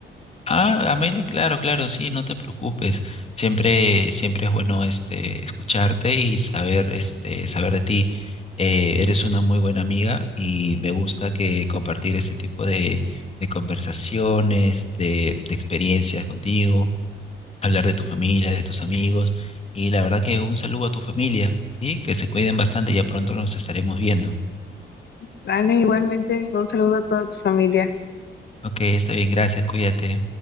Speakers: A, on the left; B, on the left.
A: Ah, Amelia, claro, claro, sí, no te preocupes. Siempre, siempre es bueno este escucharte y saber, este, saber de ti. Eh, eres una muy buena amiga y me gusta que compartir este tipo de, de conversaciones, de, de experiencias contigo, hablar de tu familia, de tus amigos. Y la verdad que un saludo a tu familia, ¿sí? Que se cuiden bastante, ya pronto nos estaremos viendo.
B: Dale, igualmente, un saludo a toda tu familia.
A: Ok, está bien, gracias, cuídate.